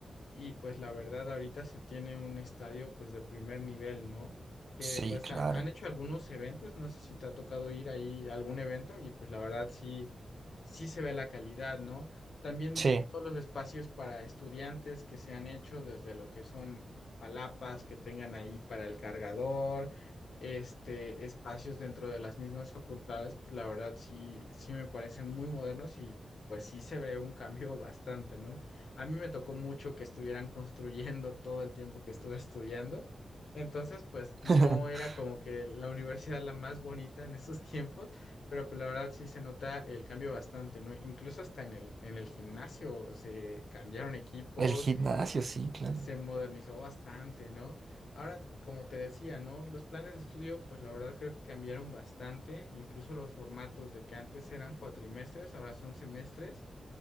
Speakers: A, on the left; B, on the right.
A: y pues la verdad ahorita se tiene un estadio pues de primer nivel, ¿no? Que
B: Sí,
A: pues
B: claro.
A: ha- han hecho algunos eventos, no sé si te ha tocado ir ahí a algún evento y pues la verdad sí, sí se ve la calidad, ¿no? También
B: Sí.
A: todos los espacios para estudiantes que se han hecho desde lo que son palapas que tengan ahí para el cargador, este, espacios dentro de las mismas facultades, pues la verdad sí, sí me parecen muy modernos y pues sí se ve un cambio bastante, ¿no? A mí me tocó mucho que estuvieran construyendo todo el tiempo que estuve estudiando. Entonces, pues no
B: <laughs>
A: era como que la universidad la más bonita en esos <laughs> tiempos, pero pues la verdad sí se nota el cambio bastante, ¿no? Incluso hasta en el, en el gimnasio se cambiaron equipos,
B: El gimnasio, sí, claro.
A: se modernizó bastante, ¿no? Ahora, como te decía, ¿no? Los planes de estudio, pues la verdad creo que cambiaron bastante, incluso los formatos de que antes eran cuatrimestres, ahora son semestres